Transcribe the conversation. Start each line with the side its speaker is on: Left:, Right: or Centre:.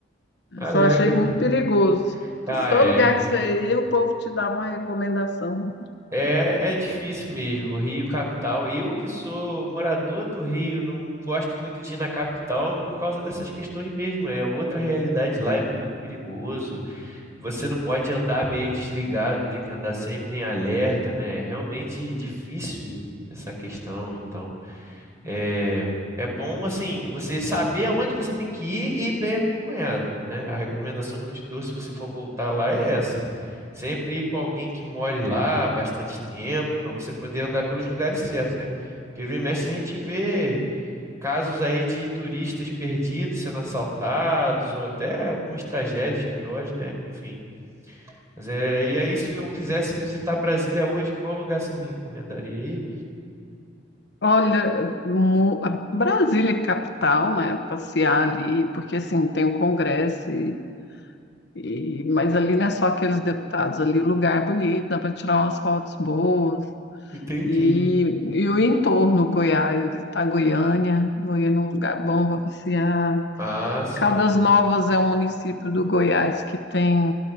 Right: Alegra,
Left: Só achei muito
Right: né?
Left: perigoso.
Right: Ah,
Left: Todo
Right: é.
Left: lugar que você ia, o povo te dava uma recomendação.
Right: É, é difícil mesmo, Rio capital. Eu que sou morador do Rio, não gosto muito de ir na capital por causa dessas questões mesmo. É outra realidade lá, é muito perigoso. Você não pode andar meio desligado, tem que andar sempre em alerta, né? É realmente difícil essa questão. Então, É, é bom, assim, você saber aonde você tem que ir e ir bem acompanhado, né? A recomendação que eu te dou, se você for voltar lá, é essa. Sempre ir com alguém que more lá há bastante tempo, para você poder andar pelos lugares certos, né? Porque vira e mexe a gente vê casos aí de turistas perdidos sendo assaltados, ou até algumas tragédias piores, né? Enfim. Mas é, e aí, se eu quisesse visitar Brasília hoje, qual lugar você me recomendaria aí?
Left: Olha, mu- a Brasília é capital, né? Passear ali, porque assim, tem o Congresso, e, e- mas ali não é só aqueles deputados, ali o lugar é bonito, dá para tirar umas fotos boas.
Right: Entendi.
Left: E, e o entorno, Goiás, tá Goiânia, Goiânia é um lugar bom para passear.
Right: Ah, sim.
Left: Caldas Novas é um município do Goiás que tem.